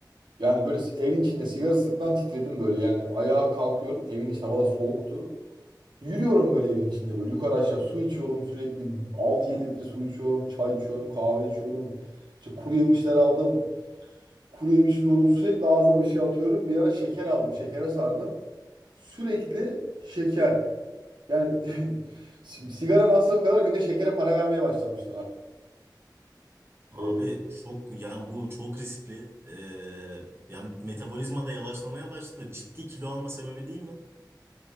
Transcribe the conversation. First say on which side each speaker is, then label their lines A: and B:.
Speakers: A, on the right; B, on the right.
A: Yani böyle evin içinde sigara sıktan titredim böyle. Yani ayağa kalkıyorum. Evin içinde havada soğuktu. Yürüyorum böyle evin içinde böyle yukarı aşağı su içiyorum sürekli. 6 yedi litre su içiyorum, çay içiyorum, kahve içiyorum. İşte kuru yemişler aldım. Kuru yemiş yiyorum. Sürekli ağzıma bir şey atıyorum. Bir ara şeker aldım. Şekere sardım. Sürekli şeker. Yani <laughs> si- sigara masrafı kadar günde şekere para vermeye başlamıştım artık.
B: Abi
A: Ee,
B: çok yani bu çok riskli. Ee, yani metabolizma da yavaşlamaya başladı. Ciddi kilo alma sebebi değil mi?